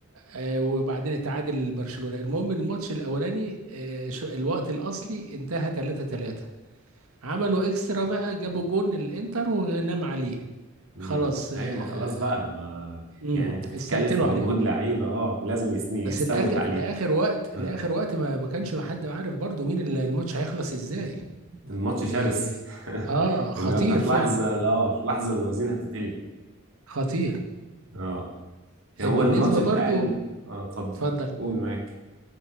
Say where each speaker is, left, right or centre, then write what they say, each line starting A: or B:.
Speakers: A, on the right (about 85°); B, on the right (about 65°).
A: آه وبعدين اتعادل برشلونه المهم الماتش الاولاني آه شو- الوقت الاصلي انتهى 3 3 عملوا اكسترا بقى جابوا جون الانتر ونام عليه
B: امم
A: خلاص آه
B: ايوه ما خلاص بقى ما
A: امم
B: يعني انت بتتكلم
A: استقتلوا
B: في مجهود
A: عليه
B: لعيبه اه لازم يس- يستموت
A: بس الاخر
B: عليه
A: لاخر وقت
B: آه.
A: لاخر وقت ما ما كانش حد عارف برضو مين ال- الماتش هيخلص ازاي
B: الماتش
A: إيه
B: شرس <laughs>
A: اه خطير
B: اللي هو انت في
A: فعلا
B: لحظه لا في لحظه الوزين هتتقلب
A: خطير
B: اه يعني
A: آه، بالنسبه
B: هو الماتش بتاع
A: برضو
B: ال... اه اتفضل
A: اتفضل
B: قول معاك